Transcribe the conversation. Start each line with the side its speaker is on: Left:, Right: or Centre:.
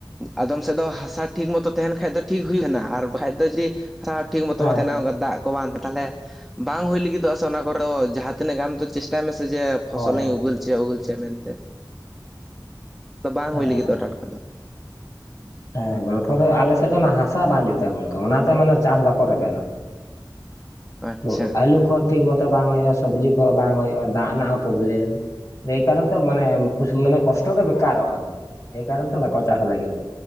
Centre: ᱟᱫᱚᱢ ᱥᱮᱫ ᱫᱚ ᱦᱟᱥᱟ ᱴᱷᱤᱠ ᱢᱚᱛᱚ ᱛᱟᱦᱮᱸᱱ ᱠᱷᱟᱡ ᱫᱚ ᱴᱷᱤᱠ ᱦᱩᱭ ᱞᱮᱱᱟ ᱟᱨ ᱵᱟᱠᱟᱡ ᱫᱚ ᱡᱮ ᱦᱟᱥᱟ ᱴᱷᱤᱠ ᱢᱚᱛᱚ
Left: ᱦᱮᱸ
Centre: ᱵᱟᱝ ᱛᱟᱦᱮᱸᱱᱟ ᱚᱝᱠᱟ ᱫᱟᱜ ᱠᱚ ᱵᱟᱝ <inaudible> ᱛᱟᱦᱮᱞᱮ, ᱵᱟᱝ ᱦᱩᱭ ᱞᱟᱹᱜᱤᱫᱚᱜᱼᱟ ᱥᱮ ᱚᱱᱟ ᱠᱚᱨᱮ ᱫᱚ ᱡᱟᱦᱟᱸ ᱛᱤᱱᱟᱹᱜ ᱜᱮ ᱟᱢ ᱫᱚ ᱪᱮᱥ ᱴᱟᱭ ᱢᱮᱥᱮ ᱡᱮ ᱯᱷᱚᱥᱚᱞ
Left: ᱦᱳᱭ
Centre: ᱤᱧ ᱩᱜᱟᱹᱞ ᱦᱚᱪᱚᱭᱟ ᱩᱜᱟᱹᱞ ᱦᱚᱪᱚᱭᱟ ᱢᱮᱱᱛᱮ᱾ ᱟᱫᱚ ᱵᱟᱝ
Left: ᱦᱮᱸ
Centre: ᱦᱩᱭ ᱞᱟᱹᱜᱤᱫᱚᱜᱼᱟ ᱴᱟᱴᱠᱟ ᱫᱚ᱾
Left: ᱦᱮᱸ ᱜᱚᱞᱯᱚ ᱫᱚ ᱟᱞᱮ ᱥᱮᱫ ᱫᱚ ᱚᱱᱟ ᱦᱟᱥᱟ ᱵᱟᱝ ᱡᱩᱛᱟ ᱜᱚᱝᱠᱮ ᱚᱱᱟᱛᱮ ᱢᱟᱱᱮ ᱪᱟᱥ ᱵᱟᱠᱚ ᱨᱮᱵᱮᱱᱟ᱾
Centre: ᱟᱪᱪᱷᱟ
Left: ᱵᱩᱡᱷ ᱟᱹᱞᱩ ᱠᱚᱦᱚᱸ ᱴᱷᱤᱠ ᱢᱚᱛᱚ ᱵᱟᱝ ᱦᱩᱭᱩᱜᱼᱟ ᱞ, ᱥᱚᱵᱽᱡᱤ ᱠᱚᱸ ᱦᱚᱸ ᱵᱟᱝ ᱦᱩᱭᱩᱜᱼᱟ, ᱫᱟᱜ ᱨᱮᱱᱟᱜ ᱦᱚᱸ ᱯᱨᱚᱵᱞᱮᱢ, ᱮᱭ ᱠᱟᱨᱚᱱ ᱛᱮ ᱢᱟᱱᱮ ᱢᱟᱱᱮ ᱠᱚᱥᱴᱚ ᱜᱮ ᱵᱮᱠᱟᱨ ᱨᱚᱜ-ᱟ ᱨᱟᱡᱤ, ᱮᱭ ᱠᱟᱨᱚᱱ ᱛᱮ ᱵᱟᱠᱚ ᱪᱟᱥ ᱞᱟᱹᱜᱤᱫᱚᱜ-ᱟ᱾